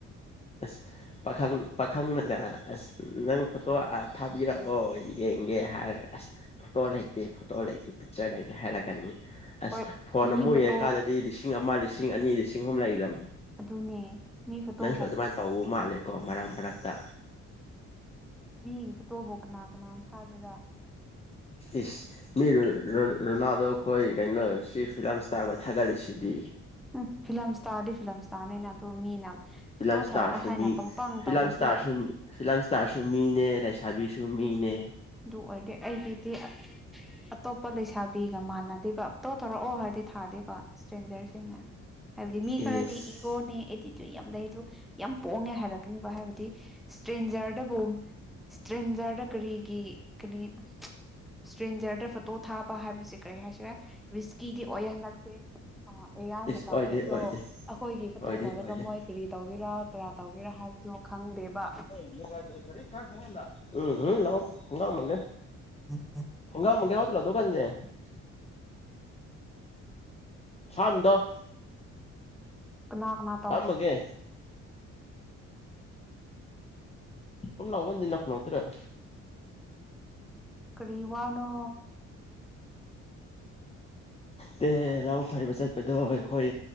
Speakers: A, on the left; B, in the centre.
A: ꯑꯁ꯫ ꯄꯥꯈꯪ ꯄꯥꯈꯪꯅꯒ ꯑꯁ ꯅꯪ ꯐꯣꯇꯣ ꯑ ꯊꯥꯕꯤꯔꯛꯑꯣ ꯌꯦꯡꯒꯦ ꯍꯥꯏꯔꯒ ꯑꯁ꯫ ꯐꯣꯇꯣ ꯂꯩꯇꯦ ꯐꯣꯇꯣ ꯂꯩꯇꯦ ꯄꯤꯛꯆꯔ ꯂꯩꯇꯦ ꯍꯥꯏꯔ ꯒꯅꯤ ꯑꯁ
B: ꯍꯣꯏ
A: ꯐꯣꯟ
B: ꯃꯤ
A: ꯑꯃꯨꯛ
B: ꯐꯣꯇꯣ
A: ꯌꯦꯡꯉꯀꯥꯟꯗꯗꯤ ꯂꯤꯁꯤꯡ ꯑꯃ ꯂꯤꯁꯤꯡ ꯑꯅꯤ ꯂꯤꯁꯤꯡ ꯑꯍꯨꯝ ꯂꯩꯔꯝ
B: ꯑꯗꯨꯅꯦ꯫ ꯃꯤ ꯐꯣꯇꯣꯕꯨ
A: ꯅꯪꯁꯨ ꯑꯗꯨꯃꯥꯏꯟ ꯇꯧꯕ ꯃꯥꯜꯂꯦꯀꯣ ꯃꯔꯛ ꯃꯔꯛꯇ꯫
B: ꯃꯤꯒꯤ ꯐꯣꯇꯣꯕꯨ ꯀꯅꯥ ꯀꯅꯥꯟ ꯊꯥꯒꯦꯔꯥ꯫
A: ꯏꯁ꯫ ꯃꯤ ꯔꯣ ꯔꯣ ꯔꯣꯅꯥꯜꯗꯣꯈꯣꯏ ꯀꯩꯅꯣ ꯁꯤ ꯐꯤꯂꯝ ꯏꯁꯇꯥꯔꯈꯣꯏ ꯊꯥꯒꯠꯂꯤꯁꯤꯗꯤ꯫
B: ꯎꯝ ꯐꯤꯂꯝꯁꯇꯥꯥꯔꯗꯤ ꯐꯤꯂꯝꯁꯇꯥꯔꯅꯤꯅ ꯑꯗꯣ ꯃꯤꯅ꯫
A: ꯐꯤꯂꯝ
B: ꯐꯣꯇꯣ
A: ꯏꯁꯇꯥꯔꯁꯨ
B: ꯊꯥꯔꯛꯑꯣ ꯍꯥꯏꯅ
A: ꯃꯤ
B: ꯄꯪꯄꯪ
A: ꯐꯤꯂꯝ
B: ꯇꯧꯔꯗꯤ꯫
A: ꯏꯁꯇꯥꯔꯁꯨ ꯐꯤꯂꯝ ꯏꯁꯇꯥꯔꯁꯨ ꯃꯤꯅꯦ ꯂꯩꯁꯥꯕꯤꯁꯨ ꯃꯤꯅꯦ꯫
B: ꯑꯗꯨ ꯑꯣꯏꯔꯗꯤ ꯑꯩꯒꯤꯗꯤ <inaudible> ꯑꯇꯣꯞꯄ ꯂꯩꯁꯥꯕꯤꯒ ꯃꯥꯟꯅꯗꯦꯕ꯫ ꯐꯣꯇꯣ ꯊꯧꯔꯛꯑꯣ ꯍꯥꯏꯔꯗꯤ ꯊꯥꯗꯦꯕ ꯏꯁꯇ꯭ꯔꯦꯟꯖꯔꯁꯤꯡꯅ ꯍꯥꯏꯕꯗꯤ ꯃꯤ
A: ꯏꯁ
B: ꯈꯔꯗꯤ ꯏ꯫ ꯔꯣꯅꯦ ꯑꯦꯗꯤꯇꯔ ꯌꯥꯝ ꯂꯩ ꯑꯗꯨ ꯌꯥꯝ ꯄꯣꯡꯉꯦ ꯍꯥꯏꯔꯛꯀꯅꯤꯕ ꯍꯥꯏꯕꯗꯤ ꯏꯁꯇ꯭ꯔꯦꯟꯖꯔꯗꯕꯨ ꯏꯁꯇ꯭ꯔꯦꯟꯖꯔꯗ ꯀꯔꯤꯒꯤ ꯀꯔꯤ <inaudible> ꯏꯁꯇ꯭ꯔꯦꯟꯖꯔꯗ ꯐꯣꯇꯣ ꯊꯥꯕ ꯍꯥꯏꯕꯁꯦ ꯀꯔꯤ ꯍꯥꯏꯁꯤꯔꯦ ꯔꯤꯁꯀꯤꯗꯤ ꯑꯣꯏ ꯍꯟꯗꯛꯁꯦ ꯑ ꯑꯦꯌꯥꯏ
A: ꯏꯁ
B: ꯃꯇꯝꯅꯤ
A: ꯑꯣꯏꯗꯦ
B: ꯑꯗꯣ
A: ꯑꯣꯏꯗꯦ
B: ꯑꯩꯈꯣꯏꯒꯤ ꯐꯣꯇꯣ
A: ꯑꯣꯏꯗꯦ
B: ꯂꯧꯔꯒ
A: ꯑꯣꯏꯗꯦ
B: ꯃꯣꯏ ꯀꯔꯤ ꯇꯧꯒꯦꯔꯥ ꯀꯔꯥ ꯇꯧꯒꯦꯔꯥ ꯍꯥꯏꯕꯗꯣ ꯈꯪꯗꯦꯕ <inaudible>
A: <inaudible> ꯎꯝ ꯎꯝ ꯂꯥꯎ ꯈꯨꯡꯒꯎꯝꯃꯥꯒꯦ
B: <inaudible>
A: <unintelligible> ꯁꯥꯟꯗꯝ
B: ꯀꯅꯥ ꯑꯃꯥ
A: ꯑꯝꯃꯒꯦ ꯎ ꯂ ꯑꯣꯟꯤꯟ ꯀꯂꯣꯇ꯭ꯔꯦ <inaudible>
B: ꯀꯔꯤ ꯋꯥꯅꯣ <unintelligible>
A: ꯇꯦ ꯂꯧ ꯈꯣꯏꯕ ꯆꯠꯄꯗꯣ ꯑꯩꯈꯣꯏ